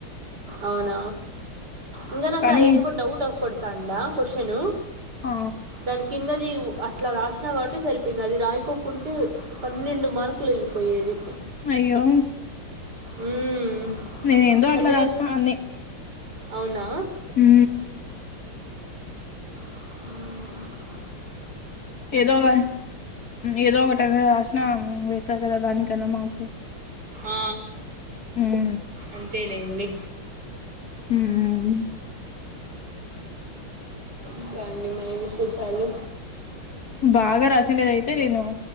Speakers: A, on the right; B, on the left.
A: అవున ఇంకా నాకు
B: కానీ
A: అది ఎందుకో డౌట్ కొడతతాండ క్వశ్చను
B: ఆ
A: దాని కిందది అట్లా రాసినా కాబట్టి సరిపోయింది అది రాయికోకుంటే పన్నెండు మార్కులు వెళ్ళిపోయి పోయ్యేది
B: అయ్యో
A: మ్మ్.
B: నేను ఎందో అట్లా
A: అందుకే
B: రస్నా అన్నీ
A: అవునా
B: ఉ
A: ఉ
B: ఏదో ఒక ఏదో ఒకటి అదే రాసిన వేస్తారు కదా దానికన్నా మార్క్స్
A: ఆ
B: ఉమ్
A: అంతేలేండి
B: ఉమ్
A: ఇంకా అండి మరి విశేషాలు
B: బాగా రాసండేది అయితే నేను